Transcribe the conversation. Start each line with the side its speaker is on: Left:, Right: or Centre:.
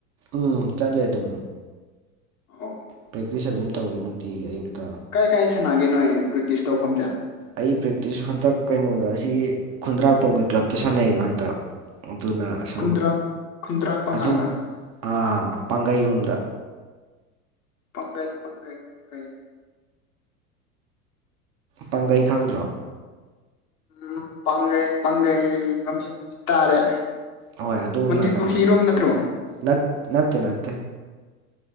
Right: ꯎꯝ ꯆꯠꯂꯦ ꯑꯗꯨꯝ
Left: ꯑꯣ
Right: ꯄ꯭ꯔꯦꯛꯇꯤꯁ ꯑꯗꯨꯝ ꯇꯧꯋꯤ ꯅꯨꯡꯇꯤꯒꯤ ꯑꯌꯨꯛꯇ
Left: ꯀꯥꯏ ꯀꯥꯏ ꯁꯥꯟꯅꯒꯦ ꯅꯣꯏ ꯄ꯭ꯔꯦꯛꯇꯤꯁ ꯇꯧꯐꯝꯁꯦ
Right: ꯑꯩ ꯄ꯭ꯔꯦꯛꯇꯤꯁ ꯍꯟꯇꯛ ꯀꯩꯅꯣꯗ ꯑꯁꯤ ꯈꯨꯟꯗ꯭ꯔꯥꯛꯄꯝꯒꯤ ꯀ꯭ꯂꯞꯇ ꯁꯥꯟꯅꯩꯑꯕ ꯍꯟꯗꯛ ꯑꯗꯨꯅ ꯑ ꯁꯨꯝ
Left: ꯈꯨꯟꯗ꯭ꯔꯛ ꯈꯨꯟꯗ꯭ꯔꯥꯛꯄꯝ
Right: ꯑꯁꯨꯝ
Left: ꯍꯥꯏꯕ
Right: ꯑ ꯄꯥꯡꯒꯩꯔꯣꯝꯗ
Left: ꯄꯥꯡꯒꯩ ꯄꯥꯡꯒꯩ ꯄꯥꯡꯒꯩ
Right: ꯄꯥꯡꯒꯩ ꯈꯪꯗ꯭ꯔꯣ
Left: ꯎꯝ ꯄꯥꯡꯒꯩ ꯄꯥꯡꯒꯩ ꯃꯃꯤꯡ ꯗꯤ ꯇꯥꯔꯦ
Right: ꯍꯣꯏ ꯑꯗꯣꯝ
Left: ꯃꯟꯗꯤ
Right: ꯅꯥꯀꯟꯗ
Left: ꯄꯨꯈ꯭ꯔꯤꯔꯣꯝ ꯅꯠꯇ꯭ꯔꯣ
Right: ꯅꯠꯇꯦ ꯅꯠꯇꯦ ꯅꯠꯇꯦ